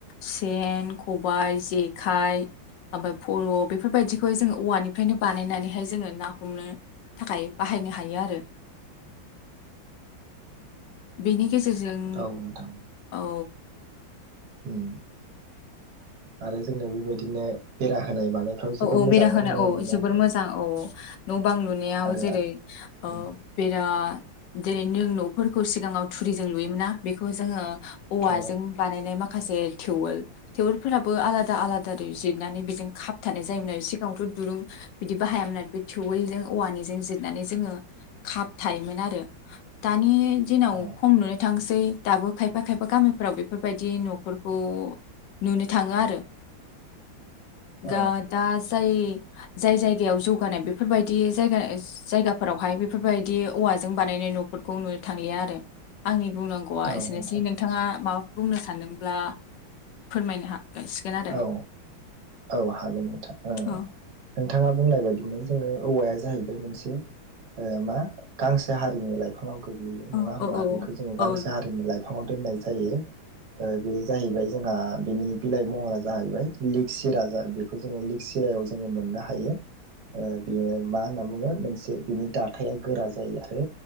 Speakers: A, on the left; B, on the right.
A: सेन ख बाइ जेखाइ ओमफ्राय फल' बेफोरबायदिखौहाय जोङो औवानिफ्रायनो बानायनानैहाय जोङो ना हमनो थाखाय बाहायनो हायो आरो। बेनि गेजेरजों
B: औ नोंथां
A: औ
B: उम आरो जोङो बे बायदिनो बेरा होनाय मानायफ्राव जोबोद
A: औ औ
B: मोजां
A: बेरा होना
B: ना न'
A: औ
B: लुनाय
A: जोबोर मोजां औ न' बां लुनायाव
B: आरो
A: जेरै ओ
B: उम
A: बेरा जेरै नों न'फोरखौ सिगाङाव थुरिजों लुयोमोना बेखौ जोङो औवाजों
B: औ
A: बानायनाय मा खासे थेवेल थेवलफोराबो आलादा आलादा जिरनानै बेजों खाब थानाय जायोमोन आरो सिगाङावथ' दुरुं बिदि बाहायामोन आरो बे थेवेलजों औवानि जोङो जिरनानै जोङो खाब थायोमोन आरो दानि दिनाव
B: औ
A: खम नुनो थांसै सै दाबो खायफा खायफा गामिफ्राव बेफोरबायदि न'फोरखौ नुनो थाङो आरो
B: औ
A: गा दास जाय जायगायाव जौगानाय बेफोरबायदि जायगाफोरावहाय बेफोर बायदि औवा औवा बाननाय न'खौ नुनो थांलिया आरो आंनि बुंनांगौआ
B: औ
A: एसेनोसै
B: नोंथां
A: नोंथाङा माबाफोर बुंनो सानदोंब्ला फोरमायनो हा सिगोन आरो।
B: औ औ हागोन नोंथां
A: औ
B: नोंथाङा बुंनाय बायदिमोन जोङो औवाया जाहैबाय मोनसे मा गांसे हारिनि लाइफाङाव गोग्लैयो नङा
A: औ
B: होमबा बेखौ जोङो गांसे
A: औ
B: हारिनि लाइफाङाव दोननाय जायो ओ बेयो जाहैबाय जोंहा बिनि बिलाइ महरा जाहैबाय लिग सिरा बेखौ जोङो लिग सिरायाव जोङो मोननो हायो। बेयो मा होनना बुङो मोनसे बिनि दाथायाइा गोरा जायो आरो